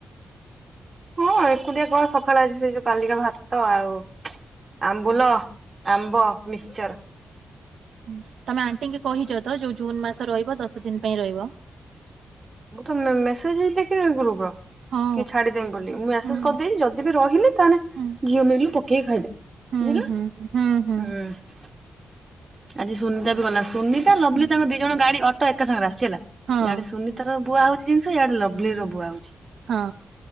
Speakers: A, on the right (about 30°); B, on the right (about 85°).
A: ହଁ-ଅଁ, ଏକୁଟିଆ କଅ ସଖାଳେ ଆଜି ସେଇ ଯୋଉ କଲିକା ଭାତ ଆଉ ଆମ୍ବୁଲ, ଆମ୍ବ, ମିକ୍ସଚର।
B: ହୁଁ, ତମେ ଆଣ୍ଟିଙ୍କି କହିଚ ତ? ଯୋଉ ଜୁନ ମାସ ରଇବ, ଦଶ ଦିନ ପାଇଁ ରହିବ।
A: ମୁଁ ତ ମେ-ମେ-ମେସେଜ ହିଁ ଦେଖିନ କି ଗ୍ରୁପର?
B: ହଁ
A: କି ଛାଡିଦେମି ବୋଲି, ମୁଁ ମ୍ୟାସେଜ
B: ହୁଁ
A: କରିଦେଇଚି। ଯଦି ବି ରହିଲି ତାହେନେ,
B: ହୁଁ
A: ଝିଅ ମିଲ ରୁ ପକେଇକି ଖାଇଦେବି।
B: ହୁଁ
A: ବୁଝିଲ ନା
B: ହୁଁ ହୁଁ ହୁଁ
A: ହୁଁ-ଉ। ଆଜି ସୁନିତା ବି ଗଲା, ସୁନିତା ଲଭଲି
B: ହୁଁ
A: ତାଙ୍କ ଦି ଜଣ ଗାଡି ଅଟୋ ଏକା ସାଙ୍ଗରେ ଆସି ହେଲା,
B: ହଁ
A: ଇଆଡେ ସୁନିତାର ବୁଆ ହଉଚି ଜିନିଷ, ଇଆଡ଼େ ଲଭଲି ର ବୁଆ ହଉଚି।
B: ହଁ।